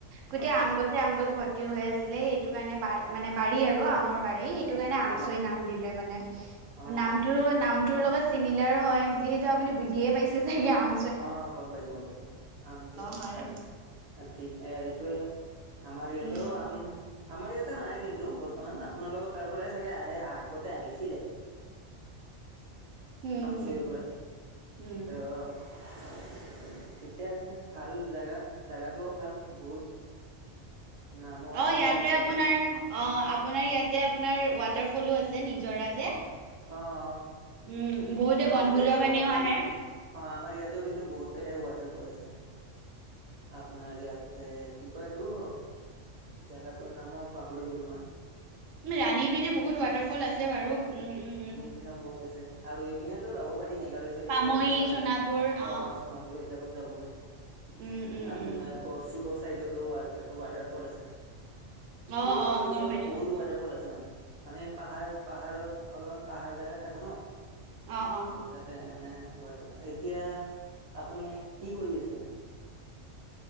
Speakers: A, on the right; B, on the right.
A: গোটেই
B: অ'
A: আম গছ আম গছ ভৰ্তি হৈ আছিলে সেইটো কাৰণে বা মানে বাৰী আৰু আমৰ বাৰী সেইটো কাৰণে
B: অ'
A: আমচৈ নাম দি দিলে মানে।
B: অ'
A: নামটো নামটোৰ লগত চিমিলাৰ হয়। যিহেতু আপুনি বুজিয়ে পাইছে চাগে আম
B: অ! গম পাইছোঁ, গম পাইছোঁ। আমচৈটো
A: হয়
B: ভাল ঠিক এ এইটোৱে আমাৰ ইয়াতেও
A: উম
B: আম আমাৰ ইয়াতে নাই কিন্তু বৰ্তমান। আপোনালোকৰ তাৰ পৰাই চাগে আহে আগতে আহিছিলে।
A: হম
B: আমচৈৰ
A: হম
B: পৰা
A: উম
B: ত <unintelligible> ঠিকে আছে, ভাল জেগা, জেগাটোও ভাল বহুত। নামো আছে
A: অঁ! ইয়াতে
B: শুনিছো
A: আপোনাৰ
B: মই
A: অঁ! আপোনাৰ ইয়াতে আপোনাৰ ৱাটাৰ ফলো আছে নিজৰা যে।
B: অঁ!
A: উম বহুতে
B: আমাৰ
A: বনভোজৰ
B: ইয়াতেও
A: কাৰণেও
B: আমাৰ
A: আহে
B: অঁ আমাৰ ইয়াতেও কিন্তু বহুত কেইটাই ৱাটাৰফল আছে। আপোনাৰ ইয়াতে কি কয় এইটো জেগাটোৰ নামো পাহৰি গলোঁ মই।
A: ৰাণী পিনে বহুত ৱাটাৰফল আছে বাৰু। উম-উম-উম!
B: সেই পিনেই বহুত আছে। আৰু এইপিনেতো যাব পাৰি মেঘালয়-চেগালয়ৰ
A: পামহি
B: চাইডো যাব
A: সোণাপুৰ
B: <unintelligible>
A: অ
B: অঁ চনত। পূৰ এইবিলাকত যাব পাৰি।
A: উম উম
B: আপোনাৰ
A: উম
B: গড়চুকৰ চাইডতো ৱাটাৰ ফল আছে।
A: অ
B: বহুত
A: অ
B: আমাৰ ওচৰতে
A: গম পাইছো
B: বহুত ৱাটাৰফল আছে মানে। আমি পাহাৰ পাহাৰত অলপমান পাহাৰ জেগাত থাকোঁ ন।
A: অ', অ'।
B: তাতে মানে, এতিয়া আপুনি কি কৰি আছে?